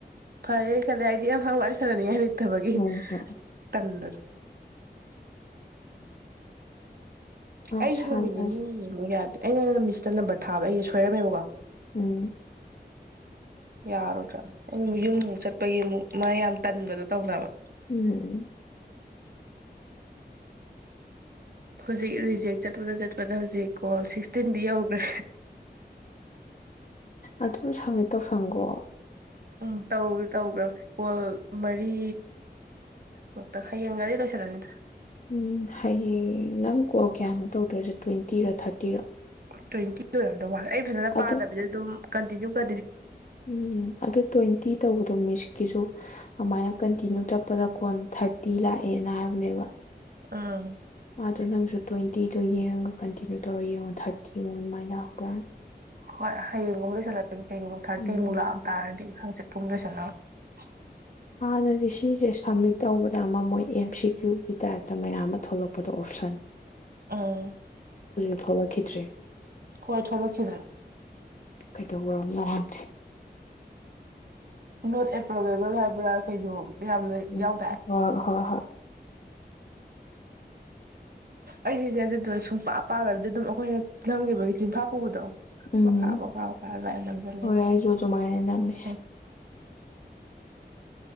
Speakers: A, on the right (about 60°); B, on the left (about 45°).
A: ꯀꯔꯤꯝ ꯍꯩꯏꯗꯔꯦ ꯐꯔ ꯀꯦ ꯍꯥꯏꯥꯏꯗꯤꯥꯎ ꯃ ꯋꯥꯔꯤ ꯆꯜꯅ ꯅ ꯍꯥꯏ ꯕꯒꯤ
B: ꯍꯣꯏ ꯍꯣꯏ
A: ꯇꯗꯔ <unintelligible>
B: ꯑ
A: ꯑꯩꯁꯨ
B: ꯁꯥꯟꯅꯁꯦ
A: ꯅꯨꯃꯤꯠ ꯅꯤꯅꯤ ꯑꯃꯨꯛ ꯌꯥꯗ꯭ꯔꯦ ꯑꯩꯅ ꯃꯤꯁꯇ ꯅꯝꯕꯔ ꯊꯥꯕ ꯑꯩꯁꯦ ꯁꯣꯏꯔꯝꯃꯦꯕꯀꯣ
B: ꯎꯝ
A: ꯌꯥꯔꯣꯏꯗ꯭ꯔꯥ ꯑꯗꯨ ꯌꯨꯝꯃꯨꯛ ꯆꯠꯄꯒꯤ ꯑꯃꯨꯛ ꯃꯥ ꯌꯥꯝ ꯇꯟꯕꯗꯣ ꯇꯧꯅꯕ
B: ꯎꯝ
A: ꯍꯧꯖꯤꯛ ꯔꯤꯖꯦꯛ ꯆꯠꯄꯗ ꯆꯠꯄꯗ ꯍꯧꯖꯤꯛ ꯀꯣꯜ ꯁꯤꯛꯁꯇꯤꯟꯗꯤ ꯌꯧꯈ꯭ꯔꯦ
B: ꯑꯗꯨꯝ ꯁꯝꯃꯤꯠ ꯇꯧꯁꯪꯈꯣ
A: ꯎꯝ ꯇꯧ ꯇꯧꯕ꯭ꯔꯥ ꯀꯣꯜ ꯃꯔꯤ ꯃꯨꯛꯇ ꯈꯌꯦꯡꯉꯗꯤ ꯂꯣꯏꯁꯜꯂꯅꯤꯗ
B: ꯎꯝ ꯍꯌꯦꯡ ꯅꯪ ꯀꯣꯜ ꯀꯌꯥꯅꯣ ꯇꯧꯗꯣꯏꯁꯦ ꯇ꯭ꯋꯦꯟꯇꯤꯔꯥ ꯊꯥꯔꯇꯤꯔꯣ?
A: ꯇ꯭ꯋꯦꯟꯇꯤ ꯇꯨ ꯑꯗꯨꯃꯅ ꯑꯩ ꯐꯖꯅ
B: ꯑꯗꯣ
A: ꯄꯥꯗꯕꯤꯁꯦ ꯑꯗꯨꯝ ꯀꯟꯤꯟꯅꯌꯨꯗ
B: ꯎꯝ ꯑꯗꯨ ꯇ꯭ꯋꯦꯟꯇꯤ ꯇꯧꯕꯗꯣ ꯃꯤꯁꯀꯤꯁꯨ ꯑꯗꯨꯃꯥꯏꯅ ꯀꯟꯇꯤꯅ꯭ꯨ ꯆꯠꯄꯗ ꯀꯣꯟ ꯊꯥꯔꯇꯤ ꯂꯥꯛꯑꯦꯅ ꯍꯥꯏꯕꯅꯦꯕ
A: ꯑꯥ
B: ꯃꯥꯗꯣ ꯅꯪꯁꯨ ꯇ꯭ꯋꯦꯟꯇꯤꯗꯣ ꯌꯦꯡꯉꯒ ꯀꯟꯇꯤꯅ꯭ꯌꯨ ꯇꯧꯔꯒ ꯌꯦꯡꯉꯣ ꯊꯥꯔꯇꯤ ꯑꯗꯨꯃꯥꯏꯅ ꯂꯥꯛꯄ꯭ꯔꯥꯅ
A: ꯍꯣꯏ ꯍꯌꯦꯡꯒꯨꯝꯕ ꯂꯣꯏꯁꯜꯂꯦ ꯀꯩꯒꯨꯝꯕ ꯊꯥꯔꯇꯤꯃꯨꯛ
B: ꯎꯝ
A: ꯂꯑ ꯇꯥꯔꯗꯤ ꯍꯪꯆꯤꯠ <unintelligible> ꯂꯣꯏꯁꯟꯂꯥꯒ
B: ꯍꯥꯟꯅꯗꯤ ꯁꯤꯁꯦ ꯁꯝꯃꯤꯠ ꯇꯧꯕꯗ ꯃꯃꯣꯏ ꯑꯦꯝ ꯁꯤ ꯀ꯭ꯌꯨꯒꯤ ꯇꯥꯏꯞꯇ ꯃꯌꯥꯝ ꯑꯃ ꯊꯣꯛꯂꯛꯄꯗ ꯑꯣꯞꯁꯟ
A: ꯑꯥ
B: ꯊꯂ ꯀꯦꯇ꯭ꯔꯦ
A: ꯍꯣꯏ ꯊꯣꯛꯂꯛꯈꯤꯗ꯭ꯔꯦ
B: ꯀꯩꯗꯧꯕꯔꯝ ꯅꯍꯟ
A: ꯅꯣꯠ ꯑꯦꯞ ꯄ꯭ꯔꯣꯕꯦꯕꯜ ꯍꯥꯏꯕ꯭ꯔ ꯀꯩꯅꯣ ꯌꯥꯝꯅ
B: ꯎꯝ
A: ꯌꯥꯎꯗꯥꯏ
B: ꯍ ꯍꯣꯏ ꯍꯣꯏ
A: ꯑꯩꯁꯤꯗꯤ ꯑꯗꯨꯗꯨꯅ ꯁꯨꯡꯄꯥ ꯄꯥꯂꯔꯕꯗꯤ ꯑꯗꯨꯝ ꯑꯩꯈꯣꯏꯅ ꯅꯝꯈꯤꯕꯒꯤ ꯏꯝꯐꯥ ꯄꯨꯕꯗꯣ
B: ꯎꯝ
A: ꯃꯈꯥ ꯃꯈꯥ ꯃꯈꯥ ꯑꯗꯨꯃꯥꯏꯅ ꯅꯝꯁꯤꯜꯂꯤ
B: ꯍꯣꯏ ꯑꯩꯖꯁꯨꯣ ꯃꯥꯥꯏꯅꯝꯅꯤ
A: ꯎꯝ